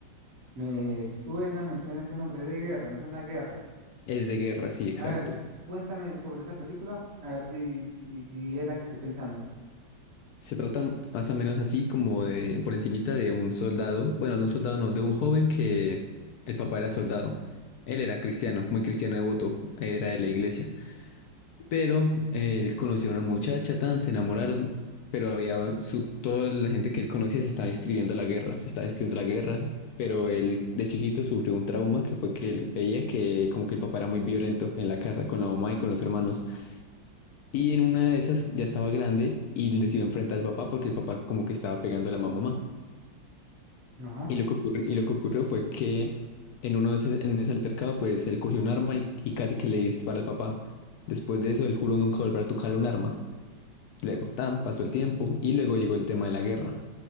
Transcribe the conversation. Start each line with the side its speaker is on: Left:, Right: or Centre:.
Right: Me suena, me suena ese nombre es de guerra, me suena a guerra.
Left: Es de guerra, sí, exacto.
Right: A ver, cuéntame sobre esa película, a ver si, si, si es la que estoy pensando.
Left: Se trata más o menos así como de, por encimita de un soldado, bueno, de un soldado no, de un joven que el papá era soldado. Él era cristiano, muy cristiano devoto, era de la iglesia. Pero eh, él conoció a una muchacha, tan, se enamoraron, pero había su, toda la gente que él conocía se estaba inscribiendo a la guerra, se estaba inscribiendo a la guerra, pero él de chiquito sufrió un trauma que fue que él veía que como que el papá era muy violento en la casa con la mamá y con los hermanos. Y en una de esas ya estaba grande y él decidió enfrentar al papá porque el papá como que estaba pegando a la mamá.
Right: Ajá.
Left: Y lo que ocurri- y lo que ocurrió fue que en uno de ese, en ese altercado pues él cogió un arma y, y casi que le dispara al papá. Después de eso él juró nunca volver a tocar un arma. Luego, tan, pasó el tiempo y luego llegó el tema de la guerra.